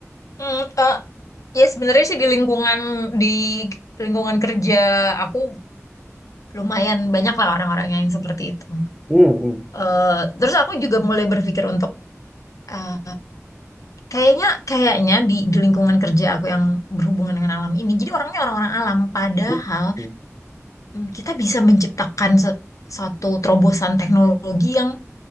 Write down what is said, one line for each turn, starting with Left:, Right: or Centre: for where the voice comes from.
Left: Hmm, eh, ya sebenarnya sih di lingkungan di lingkungan kerja aku lumayan banyak lah orang-orang yang seperti itu.
Centre: Hmm, hmm,
Left: Eh, terus aku juga mulai berpikir untuk eh, kayaknya kayaknya di, di lingkungan kerja aku yang berhubungan dengan alam ini. Jadi orangnya orang-orang alam, padahal
Centre: hmm, hmm.
Left: mm, kita bisa menciptakan se- suatu terobosan teknologi yang